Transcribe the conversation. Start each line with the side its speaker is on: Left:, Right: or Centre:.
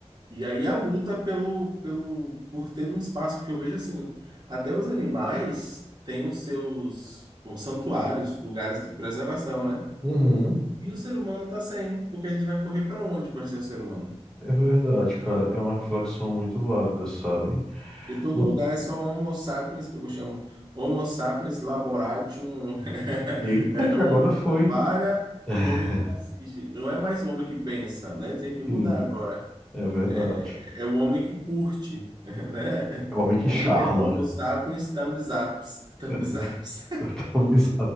Right: E aí a luta pelo, pelo, por ter um espaço, porque eu vejo assim, até os animais têm os seus os santuários, lugares de preservação, né?
Centre: uhum.
Right: E o ser humano tá sem, porque a gente vai correr para onde para ser ser humano?
Centre: É verdade, cara. É uma reflexão muito válida, sabe?
Right: Porque todo
Centre: Ma-
Right: lugar é só Homo sapiens, que eu chamo Homo sapiens laboratium, <laughs>
Centre: Eita,
Right: é
Centre: que
Right: o
Centre: agora
Right: homem que
Centre: foi.
Right: trabalha
Centre: <laughs>
Right: e o homem que assiste, não é mais o homem que pensa, né? Tem que mudar
Centre: Sim,
Right: agora.
Centre: é verdade.
Right: é é o homem que curte, <laughs> né?
Centre: É o homem que
Right: Homo,
Centre: charla.
Right: homo sapiens thumbs ups. <laughs> Thumbs
Centre: <laughs>
Right: ups.
Centre: Talvez.